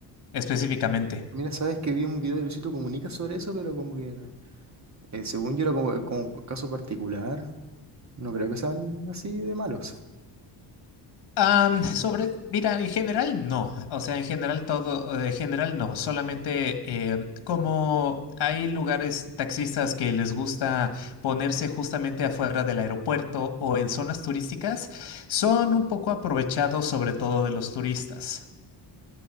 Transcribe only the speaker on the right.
Mira, sabes que vi un video de Luisito Comunica sobre eso, pero como que, eh, según yo era como, eh, como un caso particular, no creo que sean así de malos.